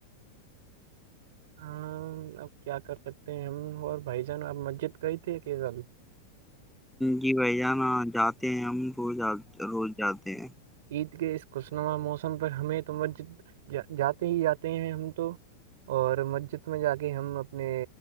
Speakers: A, on the right; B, in the centre.
A: ہاں اب کیا کر سکتے ہیں ہم اور بھائی جان آپ مسجد گئے تھے کیزل
B: جی بھائی جانا جاتے ہیں ہم رو روز جاتے ہیں
A: عید کے اس خوشنما موسم پر ہمیں تو مسجدا جاتے ہی جاتے ہیں ہم تو اور مسجد میں جا کے ہم اپنے